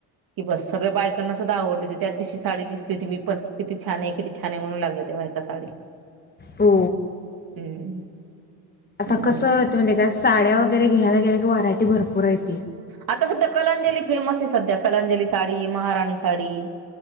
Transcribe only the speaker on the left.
हो
आता
कसं त म्हणजे त्या साड्या वगैरे घ्यायला गेलं की व्हरायटी भरपुर आहेत